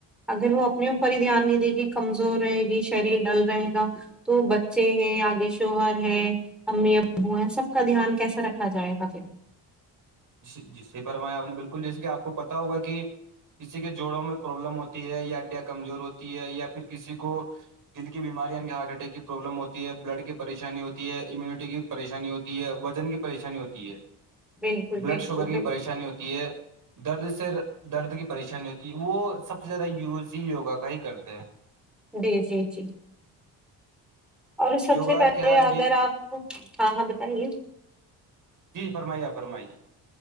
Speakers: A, in the centre; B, on the right.
A: اگر وہ اپنے اوپر ہی دھیان نہیں دے گی کمزور رہے گی شریر ڈل رہے گا تو بچے ہے آگے شوہر ہے امی ابو ہیں سب کا دھیان کیسے رکھا جائے گا پھر
B: جی جی صحیح فرمایا آپ نے بالکل جیسے کہ آپ کو پتا ہوگا کہ کسی کے جوڑوں میں پروابلم ہوتی ہے یا ہڈیاں کمزور ہوتی ہے یا پھر کسی کو دل کی بیماری یعنی ہارٹ اٹیک کی پرابلم ہوتی ہے بلڈ کی پریشانی ہوتی ہے امیونٹی کی پریشانی ہوتی ہے وزن کی پریشانی ہوتی ہے
A: بالکل
B: بلڈ
A: بالکل
B: شوگر کی
A: بالکل
B: پریشانی ہوتی ہے درد سے درد کی پریشانی ہوتی ہے وہ سب سے زیادہ یوز ہی یوگا کا ہی کرتے ہیں
A: جی جی جی اور سب
B: یوگا
A: سے پہلے
B: کیا
A: اگر
B: یہ
A: آپ کو ہاں ہاں بتائیے
B: جی فرمائیے اپ فرمائیے